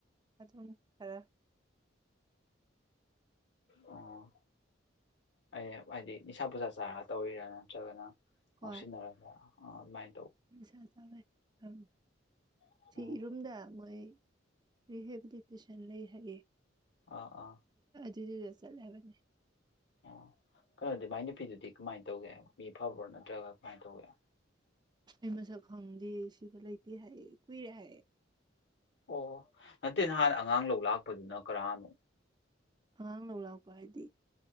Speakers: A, on the right; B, on the left.
A: ꯑꯗꯨꯝ ꯈꯔ
B: ꯑꯣ ꯑꯦ ꯍꯥꯏꯗꯤꯅꯤꯁꯥ ꯄꯨꯖꯥꯁꯤꯦ ꯥ ꯇꯧꯔꯤꯔꯥ ꯅꯠꯇ꯭ꯔꯒꯅ
A: ꯍꯣꯏ
B: ꯑꯣ ꯁꯤꯅꯔꯕ꯭ꯔ ꯑꯣ ꯥꯏ
A: ꯅꯤꯁꯥ ꯆꯥꯎꯋꯦ ꯑꯪ
B: ꯑꯣ
A: ꯁꯤ ꯏꯔꯨꯝꯗ ꯃꯣꯏ ꯔꯤ ꯍꯥꯏꯦꯕꯗꯤ ꯇꯨꯏꯁꯟ ꯂꯩ ꯍꯥꯏꯌꯦ
B: ꯑꯥ ꯑꯥ
A: ꯁꯤꯗꯤꯗ ꯆꯠꯂꯦ ꯍꯥꯏꯕꯅꯦ
B: ꯑꯣ ꯀꯩꯅꯣꯗꯤ ꯃꯥꯏ ꯅꯨꯄꯤꯗꯨꯗꯤ ꯀꯃꯥꯏꯅ ꯇꯧꯒꯦ ꯃꯤ ꯐꯕ꯭ꯔꯣ ꯅꯠꯇ꯭ꯔꯒ ꯀꯃꯥꯏꯅ ꯇꯧꯒꯦ
A: ꯑꯩ ꯃꯁꯛ ꯈꯪꯗꯦ ꯁꯤꯗ ꯂꯩꯇꯦ ꯍꯥꯏꯌꯦ ꯀꯨꯏꯔꯦ ꯍꯥꯏꯌꯦ
B: ꯑꯣ ꯅꯠꯇꯦ ꯅꯍꯥꯟ ꯑꯉꯥꯡ ꯂꯧ ꯂꯥꯛꯄꯗꯨꯅ ꯀꯔꯅꯣ
A: ꯑꯉꯥꯡ ꯂꯧ ꯂꯥꯛꯄ ꯍꯥꯏꯗꯤ